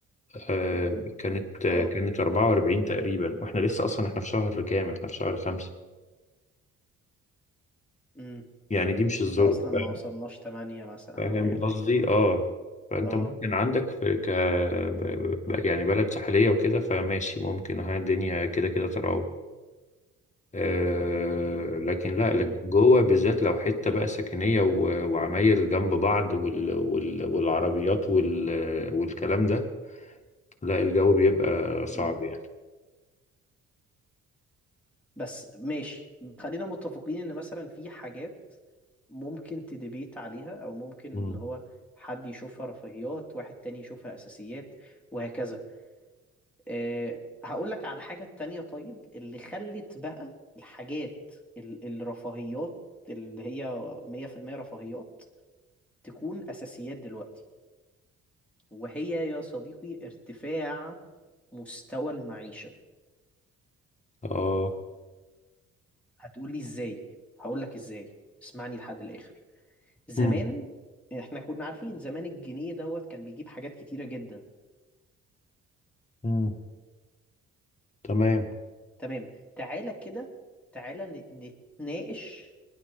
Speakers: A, on the left; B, in the centre.
A: آه،
B: اه
A: كانت آه،
B: آه،
A: كانت 44 تقريبا واحنا لسه أصلا احنا في شهر كام احنا في شهر خمسة
B: مم.
A: يعني دي مش الذروة
B: ده اصلا
A: فاهم
B: ما وصلناش 8 مثلا
A: فاهم
B: او حاجة
A: قصدي
B: زي كده
A: اه فأنت
B: اه
A: ممكن عندك في ك ب- ب- يعني بلد ساحلية وكده فماشي ممكن ها الدنيا كده كده تراوح آه، لكن لا
B: امم
A: لكن جوه بالذات لو حته بقى سكنيه و- وعماير جنب بعض وال وال والعربيات وال والكلام ده لا الجو بيبقى صعب
B: امم
A: يعني
B: بس ماشي خلينا متفقين ان مثلا في حاجات ممكن تدبيت عليها او ممكن
A: مم.
B: اللي هو حد يشوفها رفاهيات واحد تاني يشوفها اساسيات وهكذا أه هقول لك على الحاجة التانية طيب اللي خلت بقى الحاجات ال- الرفاهيات اللي هي 100% رفاهيات تكون اساسيات دلوقتي وهي يا صديقي ارتفاع مستوى المعيشة
A: اه
B: هتقولي ازاي هقول لك ازاي اسمعني لحد الاخر زمان
A: مم.
B: احنا كنا عارفين زمان الجنيه دوت كان بيجيب حاجات كتيرة جدا
A: مم. تمام
B: تمام تعالى كده تعالى ن- نتناقش